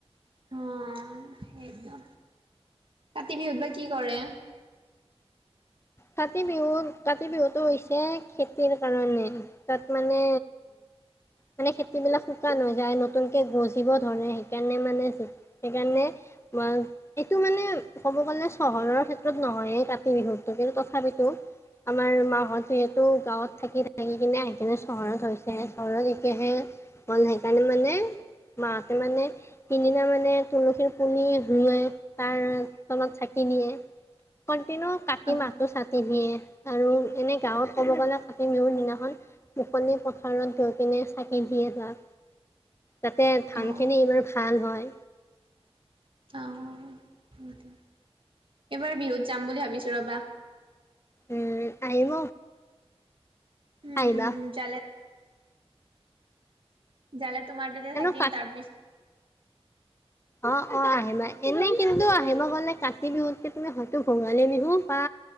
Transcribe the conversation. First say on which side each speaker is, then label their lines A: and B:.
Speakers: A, on the right; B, on the left.
A: অ' সেইটো। কাতি বিহুত বা কি কৰে?
B: কাতি বিহুত, কাতি বিহুতটো হৈছে খেতিৰ কাৰণে তাত মানে মানে খেতি বিলাক শুকান হৈ যায়, নতুনকে গজিব ধৰে হেকাৰণে মানে উ সেইকাৰণে উৱা, এইটো মানে ক'ব গ'লে চহৰৰ ক্ষেত্ৰত নহয়ে কাতি বিহুত। অ' কিনো তথাপিতো আমাৰ মাহত যিহেতু গাঁৱত থাকি থা থাকি কিনে আহি কিনে চহৰত হৈছে, চহৰত এতিয়াহে ম বোলো হেইকাৰণে মানে মাহতে মানে তিনিদিনা মানে তুলসীৰ পুলি ধুৱাই তাৰ তলত চাকি নিয়ে, কণ্টিনিও কাটি
A: অ',
B: মাহটো চাটি নিয়ে আৰু এনে গাঁৱত ক'ব গ'লে কাতি বিহুৰ দিনাখন মুকলি পথাৰত গৈ কিনে চাকি দিয়ে তাক, যাতে ধানখিনি
A: অ',
B: এইবাৰ ভাল হয়।
A: অ' হ'ব দিয়। এবাৰ বিহুত যাম বুলি ভাবিছোঁ ৰ'বা।
B: উ আহিব।
A: উম
B: আহিবা
A: জালে জালা তোমাৰ ততে
B: এনে
A: থাকিম তাৰ পিছ
B: অ', অ' আহে মা এনে কিন্তু আহি মই গ'লে কাতি বিহুতকে তুমি হয়তো ভোগালী বিহু বা